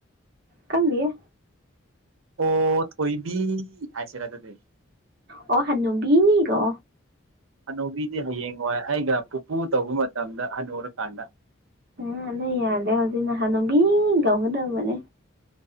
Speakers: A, on the right; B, on the right.
A: ꯈꯪꯗꯦꯍꯦ
B: ꯑꯣ ꯊꯣꯏꯕꯤ ꯍꯥꯏꯁꯦꯔꯥ ꯑꯗꯨꯗ
A: ꯑꯣ ꯍꯅꯨꯕꯤꯒꯣ
B: ꯍꯅꯨꯕꯤꯗꯤ ꯍꯌꯦꯡ ꯋꯥꯏ ꯑꯩꯒ ꯄꯨꯄꯨ ꯇꯧꯕ ꯃꯇꯝꯗ ꯍꯟ ꯎꯔꯀꯥꯟꯗ
A: ꯑ ꯑꯗꯨ ꯌꯥꯗꯦ ꯍꯧꯖꯤꯛ ꯅꯍꯥꯟꯅꯣꯒꯤ ꯀꯥꯎꯒꯗꯕꯅꯦ